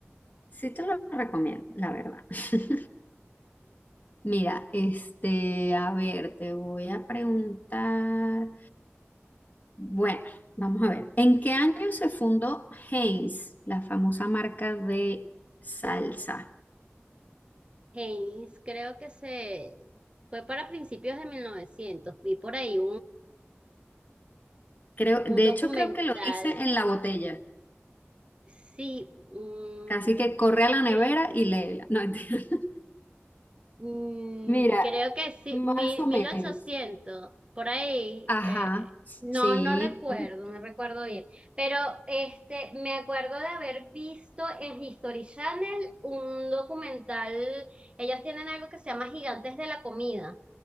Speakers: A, on the left; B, on the right.
A: Sí te lo recomiendo, la verdad. <laughs> Mira, este, a ver, te voy a preguntar. Bueno, vamos a ver. ¿En qué año se fundó Heinz, la famosa marca de salsa?
B: <laughs> Haynes, creo que se fue para principios de mil novecientos Vi por ahí
A: Creo, de
B: Un documental,
A: hecho, creo que lo dice en la botella.
B: sí, mm,
A: Casi que corre a la nevera
B: eh,
A: y léela. No entiendo.
B: mm,
A: <laughs> Mira,
B: creo que sí,
A: más
B: mi-
A: o
B: mil,
A: menos.
B: ochocientos por ahí,
A: Ajá,
B: eh,
A: sí,
B: no, no recuerdo,
A: mm,
B: no recuerdo bien, pero este, me acuerdo de haber visto en History Channel un documental, ellos tienen algo que se llama Gigantes de la Comida.